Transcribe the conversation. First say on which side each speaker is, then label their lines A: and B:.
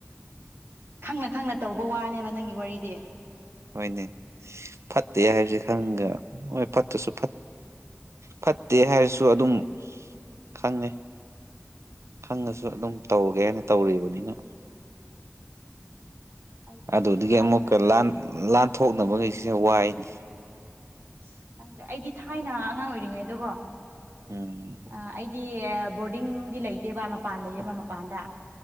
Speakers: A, on the right; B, on the right.
A: ꯈꯪꯅ ꯈꯪꯅ ꯇꯧꯕ ꯋꯥꯅꯦꯕ ꯅꯪꯒꯤ ꯋꯥꯔꯤꯗꯤ
B: ꯍꯣꯏꯅꯦ ꯐꯠꯇꯦ ꯍꯥꯏꯕꯁꯦ ꯈꯪꯒ ꯍꯣꯏ ꯐꯠꯇꯁꯨ ꯐꯠ ꯐꯠꯇꯦ ꯍꯥꯏꯔꯁꯨ ꯑꯗꯨꯝ ꯈꯪꯉꯦ ꯈꯪꯉꯁꯨ ꯑꯗꯨꯝ ꯇꯧꯒꯦ ꯍꯥꯏꯅ ꯇꯧꯔꯤꯕꯅꯤꯅ
A: ꯑꯩꯗꯤ
B: ꯑꯗꯨꯗꯒꯤ
A: ꯊꯥꯏꯅ
B: ꯑꯃꯨꯛꯀ ꯂꯥꯟ ꯂꯥꯟꯊꯣꯛꯅꯕꯈꯩꯁꯦ ꯋꯥꯏꯅꯦ
A: ꯑꯁ ꯈꯪꯗ꯭ꯔꯦ ꯑꯩꯗꯤ ꯊꯥꯏꯅ ꯑꯉꯥꯡ ꯑꯣꯏꯔꯤꯉꯩꯗꯣ
B: ꯎꯝ
A: ꯑ ꯑꯩꯗꯤ ꯕꯣꯔꯗꯤꯡꯗꯤ ꯂꯩꯇꯦꯕ ꯃꯄꯥꯟ ꯂꯩꯌꯦꯕ ꯃꯄꯥꯟꯗ